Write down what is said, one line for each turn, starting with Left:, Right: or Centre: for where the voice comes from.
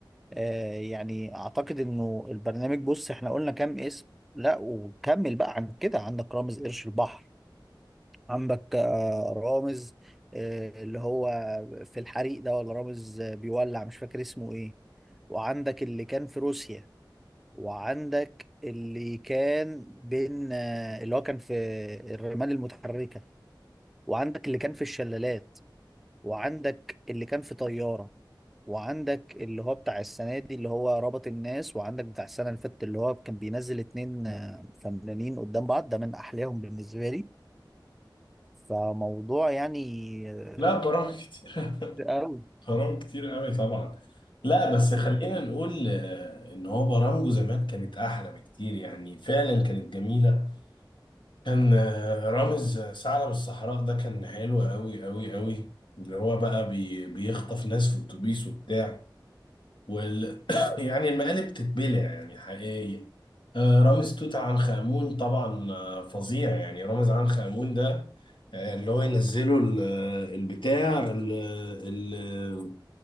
Centre: آه يعني اعتقد انه البرنامج بص احنا قلنا كام اسم لا وكمل بقى عن كده عندك رامز قرش البحر عندك آه رامز آه اللي هو في الحريق ده ولا رامز آه، بيولع مش فاكر اسمه ايه وعندك اللي كان في روسيا وعندك اللي كان بين آه اللي هو كان في الرمال المتحركة وعندك اللي كان في الشلالات وعندك اللي كان في طيارة وعندك اللي هو بتاع السنة دي اللي هو ربط الناس وعندك بتاع السنة اللي فاتت اللي هو كان بينزل اتنين آه، فنانين قدام بعض ده من أحلاهم بالنسبة لي فموضوع يعني آه،
Left: لا برامج كتير
Centre: كتير قوي
Left: حرام كتير قوي طبعا لا بس خلينا
Centre: مم.
Left: نقول آه، ان هو برامجه زمان كانت احلى بكتير يعني فعلا كانت جميله كان آه، رامز ثعلب الصحراء ده كان حلو قوي قوي قوي اللي هو بقى بي بيخطف ناس في اتوبيس وبتاع وال <coughs> يعني المقالب تتبلع يعني حقيقي آه، رامز توت عنخ آمون طبعا آه، فظيع يعني رامز عنخ آمون ده آه، اللي هو ينزله ال- آه، البتاع ال-